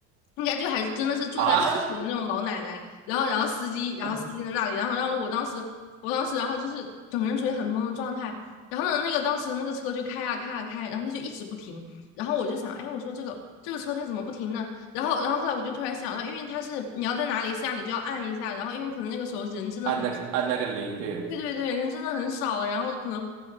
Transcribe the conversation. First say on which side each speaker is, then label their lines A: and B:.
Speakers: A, on the left; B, on the right.
A: 应该就还真的是住在市里的那种老奶奶。
B: 啊
A: 然后，然后司机，然后司机在那里，
B: 啊
A: 然后，然后我当时，我当时，然后就是整个人处于很懵的状态。然后呢，那个当时那个车就开啊开啊开，然后它就一直不停。然后我就想，哎，我说这个这个车它怎么不停呢？然后，然后后来我就突然想到，因为它是你要在哪里下，你就要按一下。然后，因为可能那个时候人真的很
B: 按那个按那个铃，对
A: 对对对，人真的很少了，然后可能